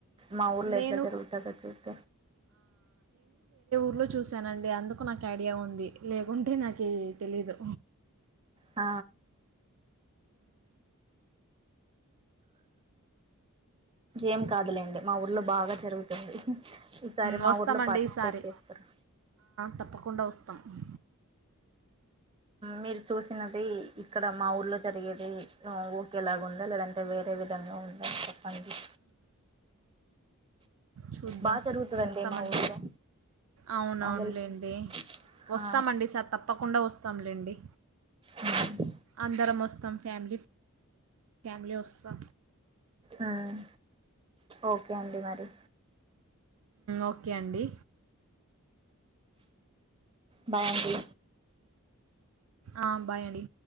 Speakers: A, on the right; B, on the right.
A: మా ఊర్లో
B: నేను
A: ఎట్లా జరుగుత క జరుత
B: అలు చూశానండి అందుకు నాకు ఐడియా ఉంది లేకుంటే నాకు తెలీదు
A: ఆ ఏం కాదులేండి మా ఊర్లో బాగా జరుగుతుంది ఈసారి
B: వస్తామండి
A: మా ఊర్లో పార్టిసిపేట్
B: ఈసారి
A: చేస్తారు
B: తప్పకుండా వస్తా మొత్తం
A: మీరు చూసినది ఇక్కడ మా ఊర్లో జరిగేది ఓకేలాగా ఉందా లేదంటే వేరే విధంగా ఉందాని చెప్పండి
B: చూద్దాం
A: బాగా జరుగుతుందండి
B: వస్తామండి
A: మా ఊర్లో
B: అవునవునులేండి
A: నాకు తెలిసి
B: వస్తామండి
A: ఆ
B: సార్ తప్పకుండా వస్తా తమ్లండి
A: ఉహ్ హ్మ్
B: అందరం వస్తాం ఫ్యామిలీ ఫ్యామిలీ వస్తా
A: మ్ ఓకే అడి మరి
B: ఓకే అండి
A: బయండి
B: ఆ బాయ్ అండి